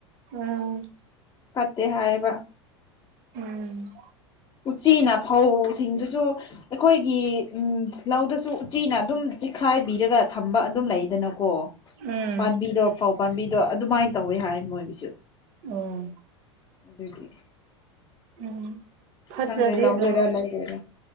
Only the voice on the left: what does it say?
ꯐꯠꯇꯦ ꯍꯥꯏꯌꯦꯕ
ꯎꯆꯤꯅ ꯐꯧꯁꯤꯡꯗꯨꯁꯨ ꯑꯩꯈꯣꯏꯒꯤ ꯎ ꯂꯧꯗꯁꯨ ꯆꯤꯅ ꯑꯗꯨꯝ ꯆꯤꯈꯥꯏꯕꯤꯔꯒ ꯊꯝꯕ ꯑꯗꯨꯝ ꯂꯩꯗꯅꯀꯣ
ꯄꯥꯝꯕꯤꯗꯣ ꯄꯥꯎ ꯄꯥꯝꯕꯤꯗꯣ ꯑꯗꯨꯃꯥꯏꯅ ꯇꯧꯋꯤ ꯍꯥꯏ ꯃꯣꯏꯒꯤꯁꯨ
ꯑꯗꯨꯒꯤ
ꯈꯪꯗꯦ ꯂꯧꯒꯦꯔꯥ
ꯂꯧꯔꯣꯏꯔꯥ